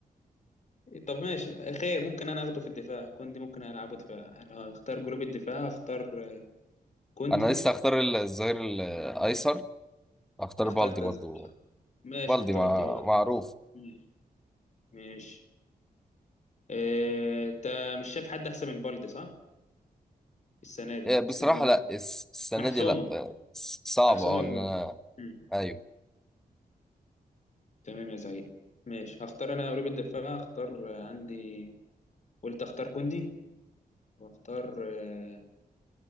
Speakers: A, on the left (about 50°); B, in the centre.
A: طب ماشي خير ممكن انا اخده في الدفاع كوندي ممكن العبه دفاع انا اختار جروب الدفاع اختار آه، كوندي
B: أنا لسه هختار الظهير الأيسر هختار
A: اخترت
B: بالدي برضو
A: أز- ماشي
B: بالدي
A: ما انت
B: مع...
A: قلت ايه بقى
B: معروف
A: مم. ماشي اه، انت مش شايف حد احسن من بالدي صح السنه دي
B: آه،
A: حاسس
B: بصراحة
A: ان هو
B: لا الس- السنة
A: محسومه
B: دي لا آه، س- صعبة
A: محسومه
B: اه
A: البلد
B: ان انا
A: مم.
B: ايوه
A: تمام يا سعيد ماشي هختار انا قلوب الدفاع هختار اه، عندي قلت اختار كوندي واختار اه،